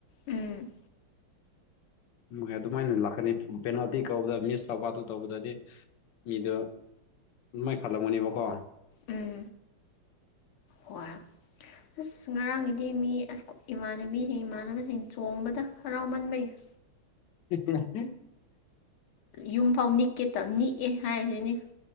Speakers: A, on the left; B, on the left.
A: ꯎꯝ
B: ꯅꯨꯡꯉꯥꯏ ꯑꯗꯨꯃꯥꯏꯅ ꯂꯥꯛꯀꯅꯤ ꯄꯦꯅꯥꯜꯇꯤ ꯀꯧꯕꯗ ꯃꯤꯁ ꯇꯧꯕ ꯑꯗꯨ ꯇꯧꯕꯗꯗꯤ ꯃꯤꯗꯨ ꯅꯨꯃꯥꯏ ꯈꯜꯂꯝꯒꯅꯤꯕꯀꯣ
A: ꯎꯝ ꯍꯣꯏ ꯑꯁ ꯉꯔꯥꯡꯒꯤꯗꯤ ꯃꯤ ꯑꯁ ꯏꯃꯥꯟꯅꯕꯤꯁꯤꯡ ꯏꯃꯥꯟꯅꯕꯁꯤꯡ ꯆꯣꯡꯕꯗ ꯍꯔꯥꯎꯃꯟꯕꯒꯤ
B: <unintelligible>
A: ꯌꯨꯝꯐꯥꯎ ꯅꯤꯛꯀꯦ ꯇ ꯅꯤꯛꯑꯦ ꯍꯥꯏꯔꯤꯁꯤꯅꯦ